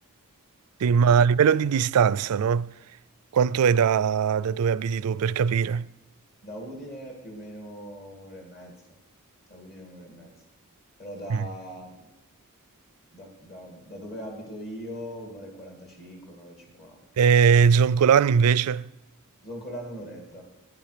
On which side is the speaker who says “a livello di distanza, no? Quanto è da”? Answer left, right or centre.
Right